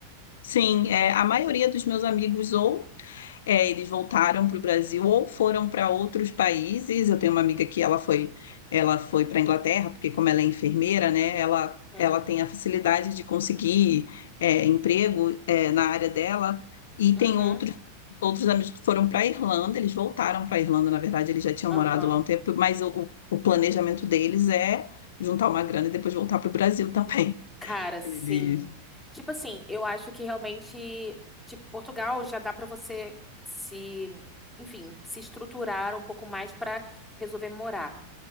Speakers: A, on the left (about 80°); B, in the centre.
A: sim, é, a maioria dos meus amigos ou É, eles voltaram para o Brasil ou foram para outros países. Eu tenho uma amiga que ela foi, ela foi para a Inglaterra, porque como ela é enfermeira, né, ela,
B: Uhum.
A: ela tem a facilidade de conseguir é, emprego é, na área dela. E tem
B: Uhum.
A: outros, outros amigos que foram para a Irlanda, eles voltaram para a Irlanda, na verdade, eles já tinham
B: Aham.
A: morado lá um tempo, mas o, o planejamento deles é juntar uma grana e depois voltar para o Brasil <laughs> também.
B: Cara, sim.
A: Eles...
B: Tipo assim, eu acho que realmente, tipo, Portugal já dá pra você se, enfim, se estruturar um pouco mais pra resolver morar.